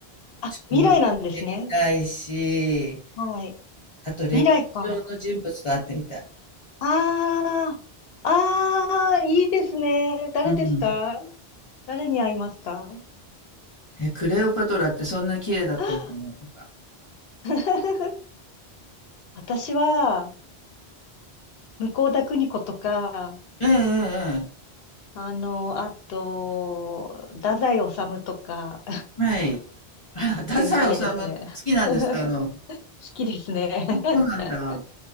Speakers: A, on the left; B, on the left.
A: あ、
B: ちょっと覗いてみたいし、
A: 未来なんですね。はい。
B: あと歴史上の人物と会ってみたい。
A: 未来か。ああ、ああ、いいですね。誰ですか
B: うん。
A: 誰に会いますか
B: え、クレオパトラってそんな綺麗だったのかなとか。
A: あ <laughs> 私は、向田邦子とか、
B: ええええええ。
A: あの、あと、太宰治とか、<laughs> 会
B: はい。<laughs> あ、
A: ってみたいですね。
B: 太宰治好きなんですか？
A: <laughs>
B: あの、
A: 好きですね。<laughs>
B: そうなんだ。